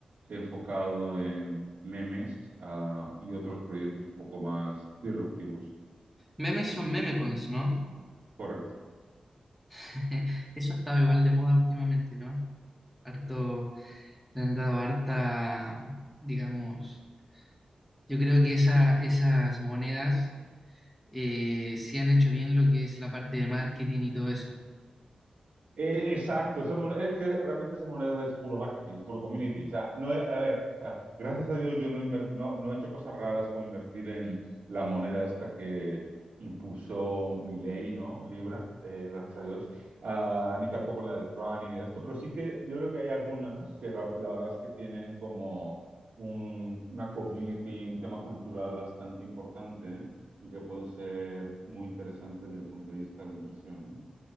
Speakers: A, on the right; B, in the centre.
A: enfocado en memes, ah, y otros proyectos un poco más disruptivos.
B: Memes son meme coins, ¿no?
A: Correcto.
B: <laughs> Eso ha estado igual de moda últimamente, ¿no? Harto, le han dado harta, digamos, yo creo que esa, esas monedas eh, sí han hecho bien lo que es la parte de marketing y todo eso.
A: Eh, exacto, esa mon- es que realmente esas monedas es puro marketing, es puro community. O sea, no, he- a ver, o sea, gracias a Dios yo no, inver- no, no he hecho cosas raras como invertir en la moneda esta que impulsó Milei, ¿no? Libra, eh, gracias a Dios. Ah, ni tampoco la de Tron ni de esto, pero sí que yo creo que hay algunas que ra- la verdad es que tienen como un- una community, un tema cultural bastante importante, ¿eh? y que pueden ser muy interesantes desde el punto de vista de inversión, ¿no?